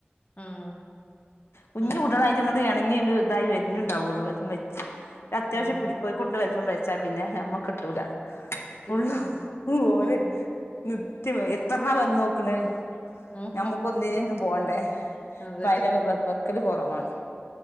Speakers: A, on the left (about 35°); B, on the left (about 80°).
A: ഉം
B: കുഞ്ഞുകൂട്ടികളായിച്ചങ്ങ
A: ഉം
B: ഇണങ്ങിയ ഒരു ഇതായി വരുന്നുണ്ടാവുള്ളൂ പ അത്യാവശ്യ
A: ഉം
B: പുടിക്കോയിക്കൊണ്ട് വെച്ചാ പിന്നെ നമ്മക്ക് കിട്ടൂല
A: കിട്ട
B: ഫുള്ളു
A: ആഹ്
B: ഓരെ
A: ഉം
B: നിത്തയമം <unintelligible> എത്രണാ വന്ന് നോക്കണ്
A: ഉം
B: നമ്മുക്ക് ഒന്നിനിന്നു പോണ്ടേ
A: അതെ
B: പന ഒക്കല് കുറവാണ്